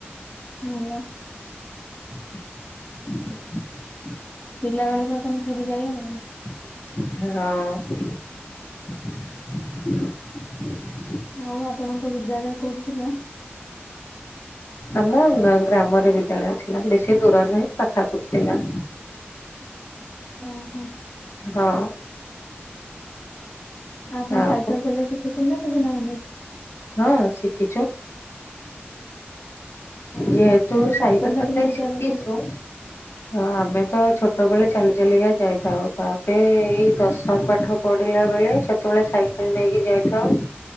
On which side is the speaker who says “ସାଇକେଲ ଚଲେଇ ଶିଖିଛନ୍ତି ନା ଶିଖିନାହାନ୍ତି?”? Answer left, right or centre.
Left